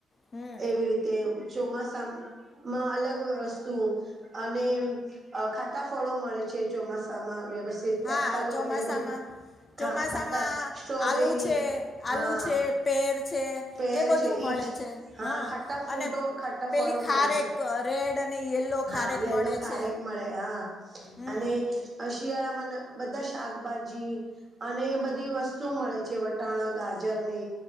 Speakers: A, on the left (about 30°); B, on the right (about 35°).
A: હમ
B: એવી રીતે ચોમાસા માં અલગ વસ્તુ અને અ ખાટા ફળો મળે છે, ચોમાસામાં વ્યવસ સ્થિત
A: હા
B: એપલો
A: ચોમાસામાં
B: એવું બધું ખા
A: ચોમાસામાં
B: ખાંટા સ્ટ્રોબેરી
A: આલુ છે
B: હા
A: આલુ છે પેર છે
B: શેર
A: એ બધું
B: છે, ઈજ
A: મળે છે
B: હા ખાટા ફ્રૂટો
A: અને
B: ખાટા
A: પેલી
B: ફળો
A: ખારેક
B: મળે છે.
A: રેડ અને યલો
B: હા
A: ખારેક
B: યેલો
A: મળે
B: ખારેક
A: છે
B: મળે હા
A: હમ
B: અને શિયાળામાં બધા શાકભાજી અને બધી વસ તુ મળે છે, વટાણા, ગાજરને